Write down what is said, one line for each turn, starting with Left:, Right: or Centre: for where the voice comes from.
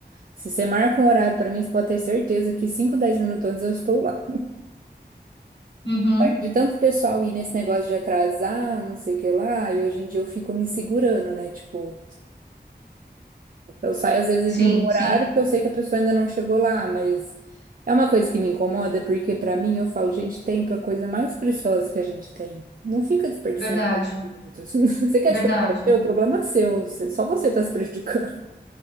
Right: Se você marca um horário pra mim, você pode ter certeza que 5 10 minutos antes eu estou lá.
Left: Uhum.
Right: Mas De tanto pessoal ir nesse negócio de atrasar, não sei o que lá, e hoje em dia eu fico me segurando, né? Tipo, eu saio às vezes
Left: Sim,
Right: no horário
Left: sim,
Right: porque eu sei que a pessoa ainda não chegou lá, mas é uma coisa que me incomoda, porque pra mim eu falo, gente, tempo é a coisa mais preciosa que a gente tem. Não fica desperdiçando
Left: verdade,
Right: tempo dos outros. <laughs> Você quer
Left: verdade,
Right: desperdiçar o seu? O problema é seu, Você- só você tá se prejudicando.